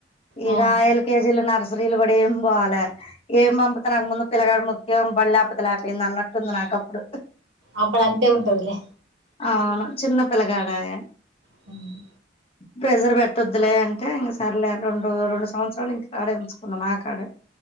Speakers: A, on the left; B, on the right.
A: ఇగా
B: ఆ
A: అయిల్ కేజీలు నర్స్ నిలబడి ఏం పోవాలే ఎమ్ పంపుత నాకు ముందు పిల్లగాడు ముఖ్యం బళ్ళే లేకపోతే లేకపోయింది. అన్నట్టుంది నాకప్పుడు
B: అప్పుడు అంతే ఉంటదిలే
A: అవును చిన్న పిల్లగాడాయే
B: హ్మ్
A: ప్రెజర్ పెట్టొద్లే అంటే ఇంక సరలే రెండు రెండు సంవత్సరాలు ఇంకా కాడ ఉంచుకున్నా నా కాడే